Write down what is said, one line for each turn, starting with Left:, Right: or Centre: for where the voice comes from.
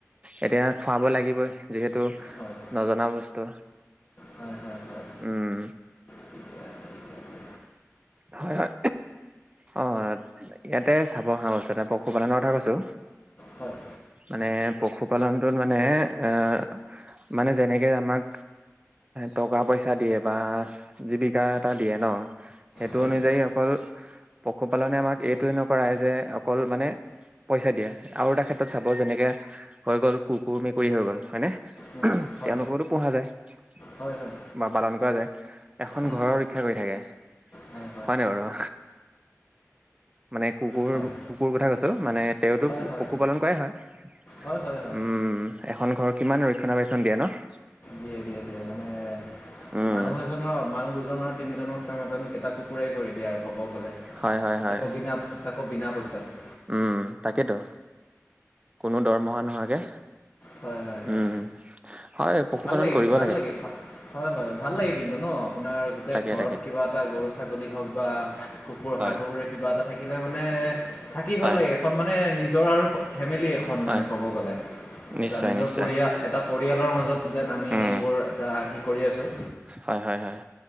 Right: এতিয়া খুৱাব লাগিবই যিহেতু
Left: হয়
Right: নজনা বস্তু
Left: হয় হয় হয়
Right: উম
Left: ঠিকে আছে ঠিকে আছে
Right: হয় হয়। অ ইয়াতে চাব অহা বস্তু এ পশুপালনৰ কথা কৈছো।
Left: হয়
Right: মানে পশুপালনটোত মানে এ, মানে যেনেকৈ আমাক টকা পইচা দিয়ে বা জীৱিকা এটা দিয়ে ন। সেইটো
Left: হয়
Right: অনুযায়ী
Left: হয়
Right: অকল, পশুপালনে আমাক এইটোৱে নকৰাই যে অকল মানে পইচা দিয়ে আৰু এটা ক্ষেত্ৰত চাব যেনেকে, হৈ গ'ল কুকুৰ, মেকুৰী হৈ গ'ল হয়নে?
Left: উম, হয়
Right: তেওঁলোকৰো পোহা যায়।
Left: হয় হয়
Right: বা পালন কৰা যায় এখন
Left: উম,
Right: ঘৰৰ ৰক্ষা কৰি থাকে।
Left: হয় হয়
Right: হয়নে বাৰু মানে কুকুৰ,
Left: হয়
Right: কুকুৰ কথা কৈছোঁ মানে তেওঁতো
Left: হয় হয় হয়
Right: পশুপালন কৰাই হয়। উম,
Left: হয় হয় হয় হয়
Right: এখন ঘৰ কিমান ৰক্ষণাবেক্ষণ দিয়ে ন।
Left: দিয়ে দিয়ে দিয়ে মানে
Right: উম
Left: মানুহ এজনৰ মানুহ দুজনৰ তিনিজনৰ কাম এজন এটা কুকুৰেই কৰি দিয়ে আৰু। ক'ব গ'লে
Right: হয় হয় হয়
Left: তাকো বিনা তাকো বিনা পইচাত
Right: উম তাকেতো, কোনো দৰমহা নোহোৱাকে
Left: হয় হয় হয়
Right: উম। হয় পশুপালন
Left: ভাল লাগে
Right: কৰিব
Left: ভাল লাগে হয় হয় ভাল লাগে কিন্তু নহঁ আপোনাৰ এতিয়া
Right: তাকে
Left: ঘৰত
Right: তাকে
Left: কিবা এটা গৰু ছাগলী হওক বা কুকুৰ,
Right: হয়
Left: হাঁহ, কুকুৰে কিবা এটা থাকিলে মানে থাকি ভাল
Right: হয়
Left: লাগে এখন মানে নিজৰ আৰু। ফেমিলি এখন
Right: হয়
Left: মানে ক'ব গ'লে।
Right: নিশ্চয়
Left: এটা নিজৰ
Right: নিশ্চয়
Left: পৰিয়া এটা পৰিয়ালৰ মাজত যেন আমি
Right: উম
Left: এইবোৰ এটা সি কৰি আছোঁ।
Right: হয় হয় হয়